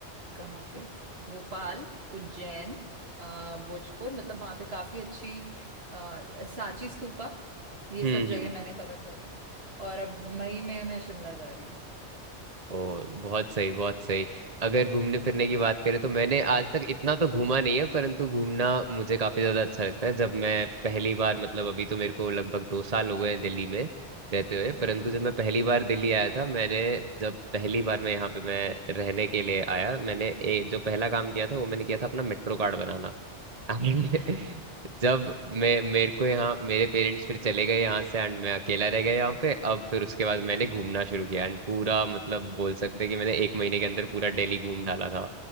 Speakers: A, on the right (about 60°); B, on the right (about 35°).
A: कहाँ पे भोपाल उज्जैन अ, भोजपुर मतलब वहाँ पे काफी अच्छी अ, सांची स्तूपा ये
B: हम्म
A: सब जगह मैंने कवर करी और अब मई में मैं शिमला जा रही हूँ
B: ओ बहुत सही बहुत सही अगर घूमने
A: हम्म
B: फिरने की बात करें तो मैंने आज तक इतना तो घूमा नहीं है परंतु घूमना मुझे काफी ज्यादा अच्छा लगता है जब मैं पहली बार मतलब अभी तो मेरे को लगभग दो साल हो गए हैं दिल्ली में रहते हुए परंतु
A: हम्म
B: जब मैं पहली बार दिल्ली आया था मैंने जब पहली बार मैं यहाँ पे मैं रहने के लिए आया मैंने ए, जो पहला काम किया था वो मैंने किया था अपना मेट्रो कार्ड बनाना हमने <laughs>
A: हम्म
B: जब मैं मेरे को यहाँ मेरे पेरेंट्स फिर चले गए यहाँ से एंड मैं अकेला रह गया यहाँ
A: हम्म
B: पे अब फिर उसके बाद मैंने
A: हम्म।
B: घूमना शुरू किया एंड पूरा मतलब बोल सकते हैं कि मैंने एक महीने के अंदर पूरा दिल्ली घूम डाला था